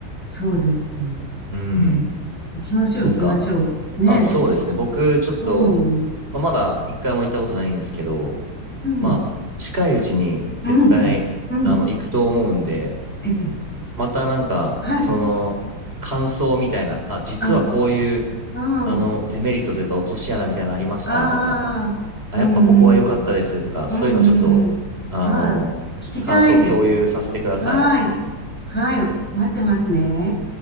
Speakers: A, in the centre; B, on the right (about 25°).
A: そうですね。
B: うん。
A: ええ。行きましょう、
B: なんか、
A: 行きましょう。ね
B: あ、そうですね。僕、ちょっと、
A: え。うん。
B: まあ、まだ一回も行ったことないんですけど、
A: うん。
B: まあ、近いうちに絶対、
A: うん。うん。
B: あの、行くと思うんで、
A: ええ。
B: またなんか、
A: はい。
B: その、感想みたいな、あ、実はこういう、
A: あ、うん。
B: あの、デメリットというか、落とし穴みたいなのありましたとか、
A: ああ。
B: あ、
A: うん。
B: やっぱここは良かったですとか、
A: うん。うん。
B: そういうのちょっと、
A: うん。
B: あの、
A: ああ。聞きたいです。
B: 感想を共有させてください。
A: はい。はい。待ってますね。